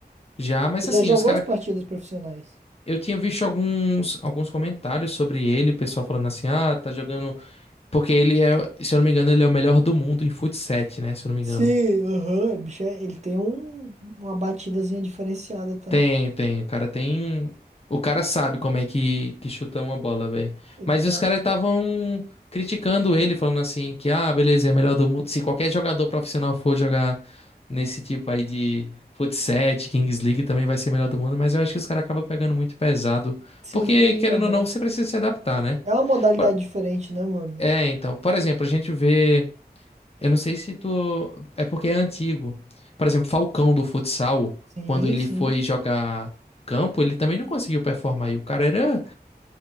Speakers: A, on the left; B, on the right.
A: Já, mas
B: Ele já
A: assim,
B: jogou
A: os caras,
B: as partidas profissionais.
A: eu tinha visto alguns alguns comentários sobre ele, o pessoal falando assim: "Ah, tá jogando porque ele é, se eu não me engano, ele é o melhor do mundo em fut 7, né? Se eu não me
B: Sim,
A: engano.
B: aham. bicho, é- ele tem um, uma batidazinha diferenciada, tá?
A: Tem, tem. O cara tem. O cara sabe como é que, que chuta uma bola, velho.
B: Ele
A: Mas
B: tem
A: os
B: uma.
A: caras estavam criticando ele, falando assim que, ah, beleza, é melhor do mundo. Se qualquer jogador profissional for jogar nesse tipo aí de futsal, Kings League, também vai ser melhor do mundo. Mas eu acho que os caras acabam pegando muito pesado.
B: Sim,
A: Porque, querendo
B: aham.
A: ou não, você precisa se adaptar, né?
B: É uma modalidade
A: Por-
B: diferente, né, mano?
A: É, então. Por exemplo, a gente vê. Eu não sei se tu. É porque é antigo. Por exemplo, Falcão do futsal,
B: Sim,
A: quando ele
B: sim.
A: foi jogar campo, ele também não conseguiu performar. E o cara era.